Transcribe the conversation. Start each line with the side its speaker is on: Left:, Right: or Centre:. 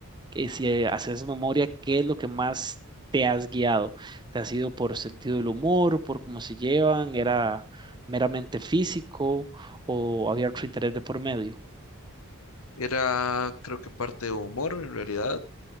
Right: que si eh, haces memoria, qué es lo que más te has guiado? ¿Te has ido por sentido del humor, por cómo se llevan? ¿Era meramente físico o había otro interés de por medio?
Left: Era, creo que parte de humor en realidad